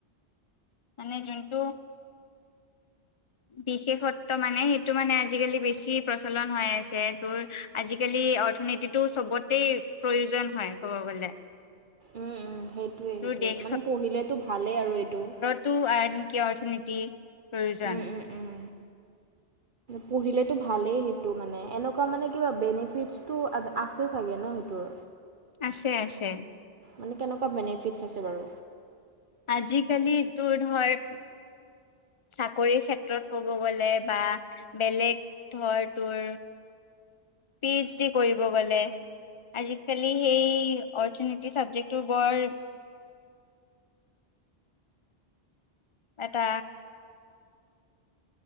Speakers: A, on the left (about 30°); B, on the right (about 55°).
A: মানে যোনটো বিশেষত্ব মানে সেইটো মানে আজিকালি বেছি প্ৰচলন হৈ আছে তোৰ আজিকালি অৰ্থনীতিটো চবতেই প্ৰয়োজন হয় ক'ব গ'লে
B: উম উম সেইটোৱে সেইটোৱে
A: তোৰ দেশ
B: মানে পঢ়িলেতো ভালেই আৰু এইটো
A: টু অৰ্থনীতি প্ৰয়োজন
B: উম উম উম পঢ়িলেতো ভালেই সেইটো মানে এনেকুৱা মানে কিবা বেনিফিটছটো আছে চাগে ন সেইটোৰ
A: আছে আছে
B: মানে কেনেকা বেনিফিটছ আছে বাৰু
A: আজিকালি তোৰ ধৰ চাকৰি ক্ষেত্ৰত ক'ব গ'লে বা বেলেগ ধৰ তোৰ পি এইচ ডি কৰিব গলে আজিকালি সেই অৰ্থনীতি ছাবজেক্টটো বৰ এটা